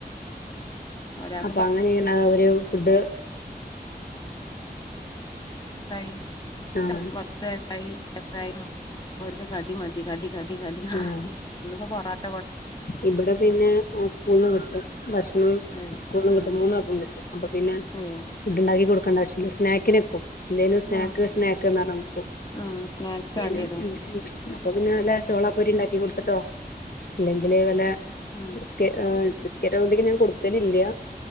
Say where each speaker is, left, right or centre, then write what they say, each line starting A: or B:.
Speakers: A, on the left; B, on the left.
A: ഒരാൾക്ക്
B: അപ്പൊ അങ്ങനെയണ അവര് ഫുഡ്
A: സയി
B: ആഹ്
A: പത്ത് വസായി സായി അവർക്ക് കാടി മതി കടി കടി കടി
B: ആഹ്
A: ഇന്ന് ഇപ്പോ പൊറട്ട
B: ഇവിടെ പിന്നെ സ്കൂള്ന്ന് കിട്ടും ഭക്ഷണം
A: ഏഹ്
B: സ്കൂളന്ന്
A: ആഹ്
B: കിട്ടും മൂന്നക്കം കിട്ടും അപ്പൊ പിന്നെ
A: ഏഹ്
B: ഫുഡ്ണ്ടാക്കി കൊടുക്ക ണ്ട ആവശ്യമില്ല സ്നാക്കിനൊക്കും എന്തേലും സ്നാക്ക്
A: ഉം
B: സ്നാക്ക് എന്ന് പറഞ്ഞ് നടക്കും
A: ഉം സ്നാക്സ്
B: അതിന്‌
A: വേണ്ടി വരും
B: അപ്പൊ പിന്നെ നല്ല ചോളാപ്പൊരി ഉണ്ടാക്കി കൊടുത്തിട്ടോ ഇല്ലെങ്കിൽ അത് പോലെ
A: ഉം
B: ബിസ്ക ആ ബിസ്ക ബിസ്കറ്റ് ആവുമ്പൊത്തേക്ക് ഞാൻ കൊടുക്കലില്ല